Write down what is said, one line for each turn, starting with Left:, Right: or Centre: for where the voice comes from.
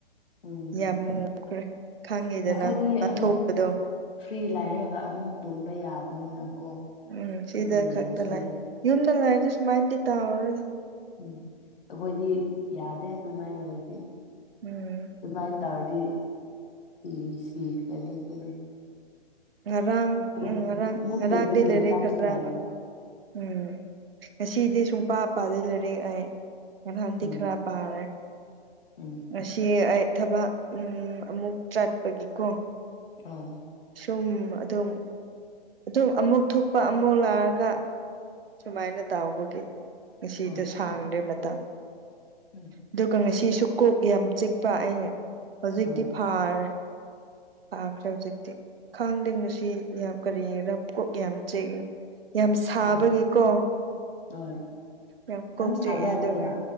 Left: ꯎꯝ
Right: ꯌꯥꯝ ꯃꯨꯈ꯭ꯔꯦ ꯈꯪꯉꯤꯗꯅ
Left: ꯅꯈꯣꯏꯗꯤ
Right: <unintelligible>
Left: ꯑꯃꯨꯛ
Right: ꯊꯣꯛꯄꯗꯣ
Left: ꯐ꯭ꯔꯤ ꯂꯥꯏꯔꯒ ꯑꯃꯨꯛ ꯇꯨꯝꯕ ꯌꯥꯕꯅꯤꯅꯀꯣ
Right: ꯎꯝ ꯁꯤꯗ
Left: ꯑꯗꯨꯝ ꯌꯦꯡꯉꯁꯨ
Right: ꯈꯛꯇ ꯂꯥꯛ
Left: ꯌꯥꯏ
Right: ꯌꯨꯝꯗ ꯂꯩꯥꯔꯗꯤ ꯁꯨꯃꯥꯏꯅꯗꯤ ꯇꯥꯔꯔꯣꯏꯗ
Left: ꯎꯝ ꯑꯩꯈꯣꯏꯗꯤ ꯌꯥꯗꯦ ꯑꯗꯨꯃꯥꯏꯅ ꯑꯣꯏꯗꯤ
Right: ꯎꯝ
Left: ꯑꯗꯨꯃꯥꯏꯅ ꯇꯧꯔꯗꯤ ꯁꯤ ꯁꯤꯈ꯭ꯔꯅꯤ ꯑꯩꯈꯣꯏꯗꯤ
Right: ꯉꯔꯥꯡ
Left: ꯇꯨꯝ
Right: ꯎꯝ ꯉꯔꯥꯡ
Left: ꯑꯃꯨꯛ
Right: ꯉꯔꯥꯡꯗꯤ
Left: ꯇꯨꯝꯕꯒꯤ
Right: ꯂꯥꯏꯔꯤꯛ
Left: ꯃꯇꯝꯁꯨ
Right: ꯈꯔ
Left: ꯂꯩꯔꯣꯏꯕ
Right: ꯄꯥꯕ꯭ꯔꫭ ꯎꯝ ꯉꯁꯤꯗꯤ ꯁꯨꯡꯄꯥ ꯄꯥꯗꯦ ꯂꯩꯥꯏꯔꯛ ꯑꯩ ꯅꯥꯍꯥꯟꯗꯤ
Left: ꯎꯝ
Right: ꯈꯔ ꯄꯥꯔꯦ
Left: ꯎꯝ
Right: ꯉꯁꯤ ꯑꯩ ꯊꯕꯛ ꯑꯃꯨꯛ ꯆꯠꯄꯒꯤꯀꯣ
Left: <unintelligible>
Right: ꯁꯨꯝ ꯑꯗꯨꯝ ꯑꯗꯨꯝ ꯑꯃꯨꯛ ꯊꯣꯛꯄ ꯑꯃꯨꯛ ꯂꯥꯛꯑꯒ ꯁꯨꯃꯥꯏꯅ ꯇꯥꯎꯕꯒꯤ ꯉꯁꯤꯗ
Left: ꯑꯣ
Right: ꯁꯥꯡꯗ꯭ꯔꯦ ꯃꯇꯥꯡ
Left: ꯎꯝ
Right: ꯑꯗꯨꯒ ꯉꯁꯤꯁꯨ ꯀꯣꯛ ꯌꯥꯝ ꯆꯤꯛꯄ ꯑꯩꯅ ꯍꯧꯖꯤꯛꯇꯤ
Left: ꯑꯣ
Right: ꯐꯥꯔꯦ ꯐꯥꯈ꯭ꯔꯦ ꯍꯧꯖꯤꯛꯇꯤ ꯈꯥꯡꯗꯦ ꯉꯁꯤ ꯌꯥꯝ ꯀꯔꯤ ꯔꯞ ꯀꯣꯛ ꯌꯥꯝ ꯆꯤꯛꯏ ꯌꯥꯝ ꯁꯥꯕꯒꯤꯀꯣ
Left: ꯎꯝ ꯍꯣꯏ
Right: ꯌꯥꯝ ꯀꯣꯛꯆꯦꯛꯑꯦ
Left: ꯁꯥꯕ꯭ꯔꯥ
Right: ꯑꯗꯨꯒ
Left: ꯅꯣꯏꯗ